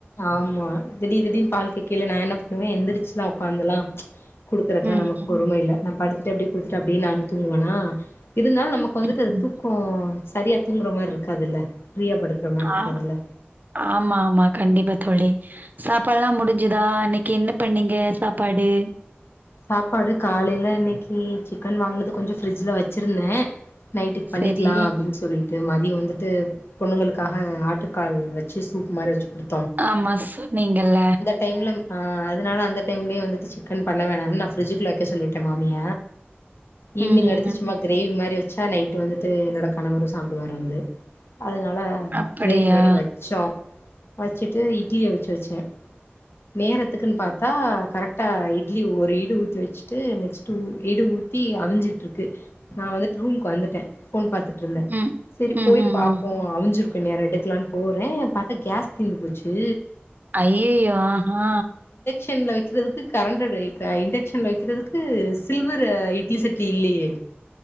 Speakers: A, on the left (about 70°); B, on the right (about 45°).
A: ஆமா திடி திடின்னு பால்க்கு கீல நான் என்ன பண்ணுவேன் எந்திரச்சுதான் உட்காந்துலாம் குடுக்கறக்கெல்லாம்
B: ம்
A: நமக்கு பொறுமை இல்ல நான படித்து <unintelligible> அப்டியே குடுத்துட்டு அப்டியே நானு தூங்குவனா இருந்தாலும் நமக்கு வந்துட்டு
B: ம்
A: அது தூக்கம் சரியா தூங்குற மாரி இருக்காதுல்ல ஃப்ரீயா படுக்குற மாரி இருக்காதுல்ல
B: ஆ ஆமா ஆமா கண்டிப்பா தோழி சாப்பாடு எல்லாம் முடிஞ்சதா இன்னைக்கி என்ன பண்ணீங்க சாப்பாடு
A: சாப்பாடு காலையில இன்னைக்கி சிக்கன் வாங்கினது கொஞ்சம் பிரிஜ்ல வச்சிருந்தேன் நைட்டுக்கு பண்ணிக்கலாம்
B: சரி
A: அப்டின்னு சொல்லிட்டு மா நீங்க வந்துட்டு பொண்ணுங்களுக்காக ஆட்டுக்கால் வச்சு சூப்பு மாரி வச்சு கொடு
B: ஆமா சொன்னீங்கல
A: டைம்ல ஆ அதனால அந்த டைம்லேயே வந்துட்டு சிக்கன் பண்ணவேணாம் நான் ஃப்ரிட்ஜிக்குல வைக்க சொல்லிட்டேன் மாமிய ஈவினி்
B: ம்
A: எடுத்து
B: ம் ம்
A: சும்மா கிரேவி மாரி வச்ச ச்சா நைட்டு வந்துட்டு என்னோட கணவரும் சாப்படுவாறு வந்து அதனால
B: அப்படியா
A: கிரேவி மாரி வச்சோம் வச்சுட்டு இட்லிஅவுச்சு வச்சேன் நேரத்த டக்குன்னு பாத்தா கரெக்ட் ஆ இட்லி ஓர் இடு ஊத்தி வச்சுட்டு நெக்ஸ்ட் ஒரு இடு ஊத்தி அவிஞ்சிட்டு இருக்கு நான் வந்துட்டு ரூமுக்கு வந்துட்டேன் போன் பாத்து இருந்தேன்
B: ம்
A: செரி போய்
B: ம் ம்
A: பாப்போம்
B: ம்
A: அவிஞ்சிரு வேற எடுக்கலான்னு போறேன் பாத்தா கேஸ் திந்து போச்சு
B: அய்ஐயோ ஆஹா
A: ச்சன்ல வைக்கிறதுக்கு கரண்ட் <unintelligible> க இண்டக்ஷன்ல வைக்கிறதுக்கு சில்வர் இட்லி சட்லி இல்லையே